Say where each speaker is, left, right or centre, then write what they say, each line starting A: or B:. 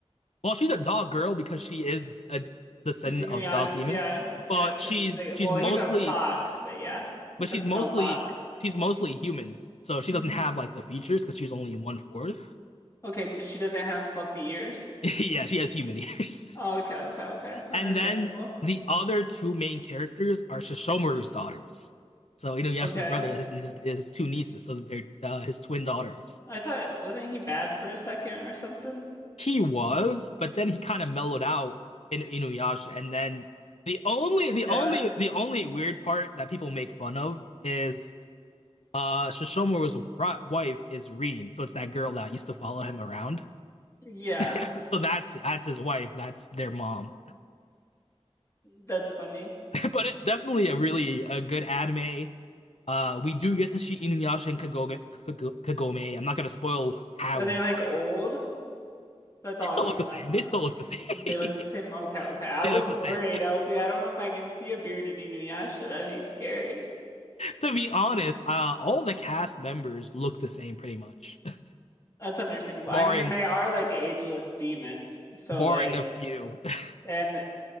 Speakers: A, on the left (about 80°); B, on the left (about 30°).
A: well she's a dog girl because she is a descendant
B: She's Inuyasha's,
A: of dog demons,
B: yeah. Yeah,
A: but
B: so
A: she's
B: she's like,
A: she's
B: well,
A: mostly
B: he's a fox, but yeah. It's
A: but she's
B: a snow
A: mostly
B: fox.
A: she's mostly human. So she
B: hmm
A: doesn't have like the features because she's only one fourth.
B: Okay, so she doesn't have fluffy ears?
A: <laughs> Yeah, she has human ears.
B: Oh, okay, okay, okay. Understandable.
A: And then the other two main characters are Shishomaru's daughters. So Inuyasha's
B: Okay.
A: brother, his his, his two nieces, so they're uh, his twin daughters.
B: I thought, wasn't he bad for a second or something?
A: He was, but then he kind of mellowed out in Inuyasha, and then the only the
B: Yeah.
A: only the only weird part that people make fun of is uh Shishomaru's wife is Reen, so it's that girl that used to follow him around. <laughs>
B: Yeah,
A: So that's that's his wife, that's their mom.
B: that's funny.
A: <laughs> but it's definitely a really a good anime. Uh, we do get to see Inuyasha and Kagome, Kagome. I'm not gonna spoil how
B: Are they
A: and
B: like
A: why.
B: old? That's all
A: They
B: I
A: still
B: want
A: look
B: to
A: the
B: know.
A: same.
B: Uh,
A: They still look the same.
B: They
A: <laughs>
B: look the same. Okay, okay. I
A: They
B: was
A: look the
B: worried.
A: same.
B: I was like, I don't know if I can see a bearded Inuyasha. That'd be scary.
A: To be honest, uh, all the cast members look the same pretty much,
B: That's understandable.
A: <laughs> barring
B: I mean, they are like ageless demons. So
A: barring
B: like,
A: a few. <laughs>
B: and